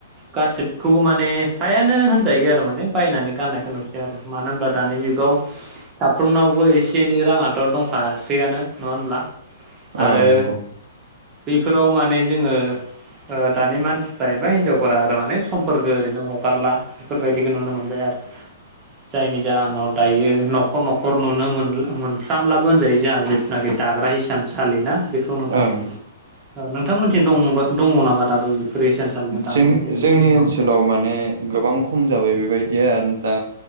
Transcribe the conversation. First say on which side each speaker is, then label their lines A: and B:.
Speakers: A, on the right; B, on the right.
A: गासिबखौबो माने फ्रायानो होनजायो आरो माने बायनानै गाननायखौ नुसै आरो। मानो होनबा दानि जुगाव साफ्रोमनावबो एसे एनै राङाथ' दंखासै फैआनो नङा होनब्ला
B: ओं
A: आरो
B: नंगौ
A: बैफोराव माने जोङो दानि मानसिफ्रा एबा हिनजावफोरा आरो माने समफोरखौो ओरैनो हगारला बेफोरबायदिखौ नुनो मोनबाय आरो। जायनि जाहोनाव दायो न'खर न'खर नुनो मोन मोनफ्रामब्लाबो होनजायो जोंहा जिथुनाखि दाग्रा हिसानसालिनाा बेखौ नोंथां।
B: ओं
A: नोंथांमोनथि दं दङ नामा दाबो बेफोर हिसानसालिजों दानाय
B: जों
A: जेनेबा
B: जोंनि
A: न'खर
B: ओनसोलाव माने गोबां खम जाबाय बेबायदिया दा